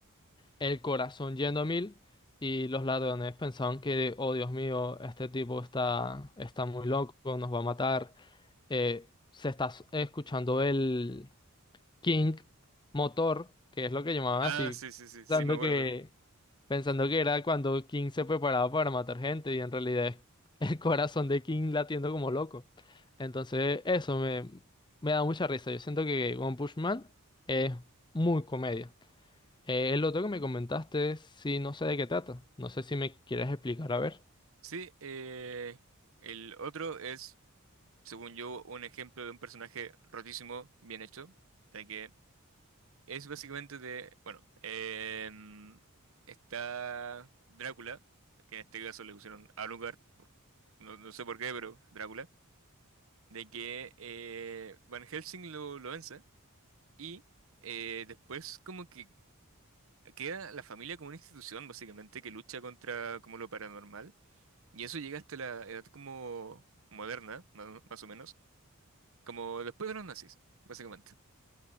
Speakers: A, on the left (about 20°); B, on the right (about 65°).
A: el corazón yendo a mil. Y los ladrones pensaban que, oh Dios mío, este tipo está, está muy loco, nos va a matar eh, se está s- escuchando el King Motor, que es lo que llamaban
B: Ah,
A: así,
B: sí, sí, sí, sí,
A: pensando
B: me acuerdo.
A: que, pensando que era cuando King se preparaba para matar gente y en realidad es <laughs> el corazón de King latiendo como loco. Entonces eso me, me da mucha risa. Yo siento que One Punch Man es muy comedia. Eh, el otro que me comentaste, sí, no sé de qué trata. No sé si me quieres explicar, a ver.
B: Sí, eh, el otro es, según yo, un ejemplo de un personaje rotísimo, bien hecho, de que Es básicamente de, bueno, em, está Drácula, que en este caso le pusieron a lugar no, no sé por qué, pero Drácula, de que eh, Van Helsing lo, lo vence y eh, después como que queda la familia como una institución básicamente que lucha contra como lo paranormal y eso llega hasta la edad como moderna, ma- más o menos, como después de los nazis, básicamente.